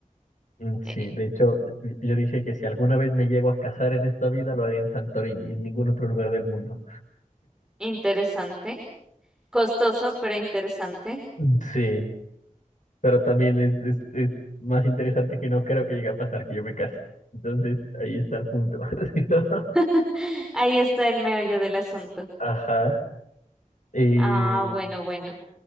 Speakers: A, on the left (about 65°); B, in the centre.
A: mm,
B: Eh,
A: sí, de hecho yo dije que si alguna vez me llego a casar en esta vida lo haré en Santorini, en ningún otro lugar del mundo.
B: Interesante. Costoso, pero interesante.
A: Mm, Sí, pero también es, es, es más interesante que no creo que llegue a pasar que yo me case. Entonces ahí está el punto. <laughs>
B: <laughs> Ahí está el meollo del asunto.
A: Ajá. Eh,
B: Ah, bueno, bueno.